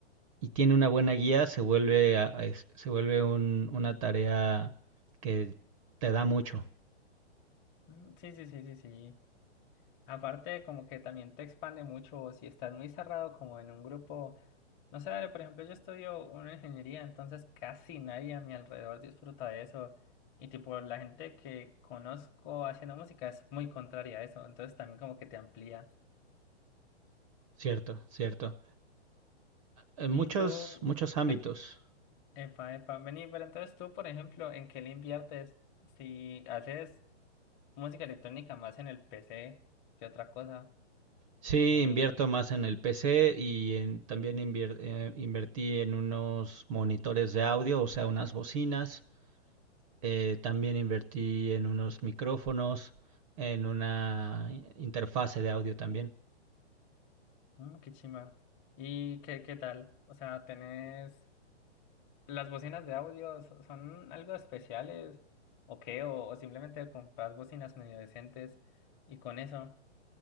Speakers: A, on the right; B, on the left.
A: y tiene una buena guía, se vuelve, a- a- es- se vuelve un- una tarea que te da mucho,
B: mm, sí, sí, sí, sí, sí. Aparte, como que también te expande mucho si estás muy cerrado como en un grupo. No sé, dale, por ejemplo, yo estudio una ingeniería, entonces casi nadie a mi alrededor disfruta de eso. Y tipo, la gente que conozco haciendo música es muy contraria a eso, entonces también como que te amplía.
A: cierto, cierto. En
B: Y
A: muchos,
B: tú,
A: muchos ámbitos.
B: te- epa, epa, vení, pero entonces tú, por ejemplo, ¿en qué le inviertes? Si haces música electrónica más en el PC que otra cosa,
A: Sí,
B: eh,
A: invierto más en el PC y en- también invier- eh, invertí en unos monitores de audio, o sea, unas bocinas. Eh, también invertí en unos micrófonos, en una i- interfase de audio también.
B: mm, qué chima. ¿Y qué, qué tal? O sea, ¿tenés las bocinas de audio? so- ¿Son algo especiales? ¿O qué? ¿O, o simplemente compras bocinas medio decentes y con eso